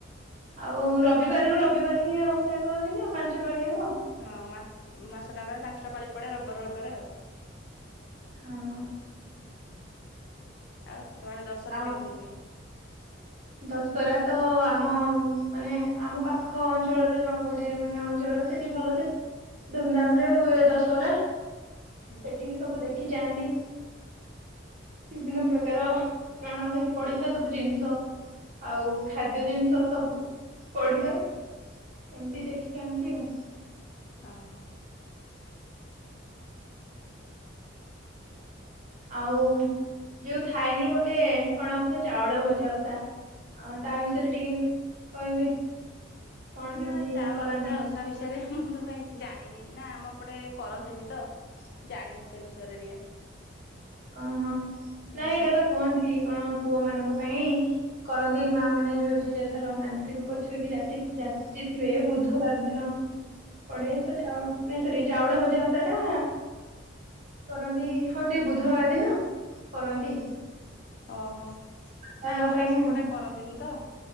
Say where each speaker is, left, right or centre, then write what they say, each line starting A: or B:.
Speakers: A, on the right; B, on the left.
A: ଆଉ ରବିବାରକୁ ରବିବାର ହି ଓସା କରନ୍ତି ନା ପାଞ୍ଚ ପାଳି ଯାଙ୍କ।
B: ହଁ ମା ମାସଟା ଙ୍କରେ ପାଞ୍ଚଟା ପାଳି ପଡେ ରବିବାର କୁ ରବିବାରେ ଆଉ।
A: ହଁ।
B: ଆଉ ତମ ଆଡ଼େ ଦଶହରା
A: ଆଉ
B: କେମିତି ହୁଏ।
A: ଦଶହରା ତ ଆମ ମାନେ ଆମ ପାଖ ଅଞ୍ଚଳରେ ଜଣ ଗୋଟେ ମାନେ ଅଞ୍ଚଳ ସେଠି ଭଲ ସେ ଧୁମଧାମରେ ହୁଏ ଦଶହରା। ସେଠିକ୍
B: ହୁଁ
A: ସବୁ ଦେଖି ଯାଆନ୍ତି। ବିଭିନ୍ନ ପ୍ରକାର ଚଣା ସେଇଠି ପଡିଥାଏ ସବୁ ଜିନିଷ ଆଉ ଖାଦ୍ୟ ଜିନିଷ ସବୁ ପଡିଥାଏ। ଏମିତି ଦେଖି ଯାଆନ୍ତି ଆଉ।
B: ଓହୋ,
A: ଆଉ-ଉ-ଉ ଯୋଉ ଥାଏନି ଗୋଟେ କଣ ଅସା ଚାଉଳ ଭଜା ଓସା। ହ ତା ବିଷୟରେ ଟିକେ କହିବେ। କଣ
B: ନା
A: କେମିତି
B: ଚାଉଳ
A: କରନ୍ତି
B: ଭଜା ଆଉ ତା ବିଷୟରେ ମୁଁ ତ କାହିଁ କିଛି ଜାଣିନି ନା ଆମ ଏପଟେ କରନ୍ତିନି ତ ଜାଣିନି। ସେଇ ବିଷୟରେ ଟିକେ
A: ଓହୋ ନାଇଁ
B: ହୁଁ ହୁଁ
A: ଏଇଟା ତ କୁହନ୍ତି କଣ ପୁଅ ମାନଙ୍କ ପାଇଁ କରନ୍ତି ମା ମାନେ ଯୋଉ ଯିଏ ଯା ଧର ମାନସିକ କରିଥିବ କି ଜାତି ଜିଏ ଥିବେ ବୁଧବାର ଦିନ ପଡେ ତ ଚାଉଳ ନାଇଁ ସରି ଚାଉଳ ଭଜା ଭଷା ଟା କରନ୍ତି ହଁ ସେଇ ବୁଧବାର ଦିନ କରନ୍ତି
B: ହୁଁ ଓହୋ
A: ତାର
B: ନା ଆମର
A: ପାଇଁ
B: ସେପଟେ
A: ଆଉ
B: କରନ୍ତିନି ତ।